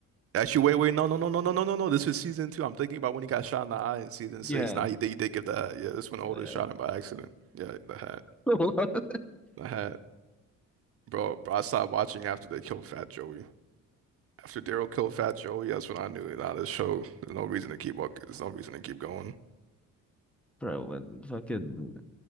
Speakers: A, on the right; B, in the centre.
A: Actually, wait, wait, no, no, no, no, no, no, no, no. This is season two. I'm thinking about when he got shot in the eye in season
B: yeah,
A: six. Nah, he did, he did give the hat. Yeah, this one
B: yeah.
A: Oda shot him by accident. Yeah, the hat.
B: <laughs>
A: I had, bro, bro, I stopped watching after they killed Fat Joey. After Daryl killed Fat Joey, that's when I knew, nah, this show, there's no reason to keep walking. There's no reason to keep going. <laughs>
B: Bro, when fucking